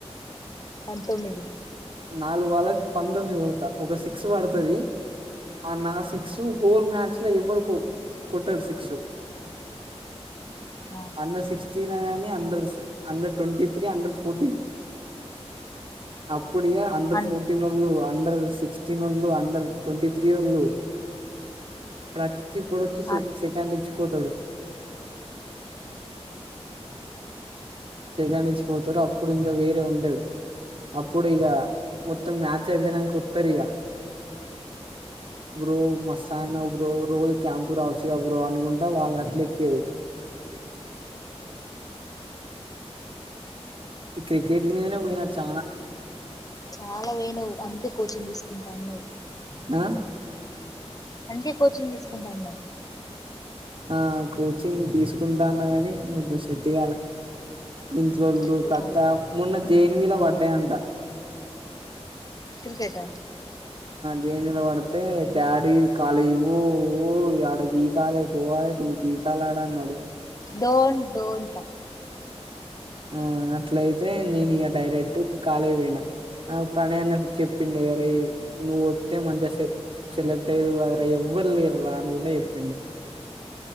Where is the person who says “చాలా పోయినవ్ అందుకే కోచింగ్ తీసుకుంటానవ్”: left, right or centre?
Left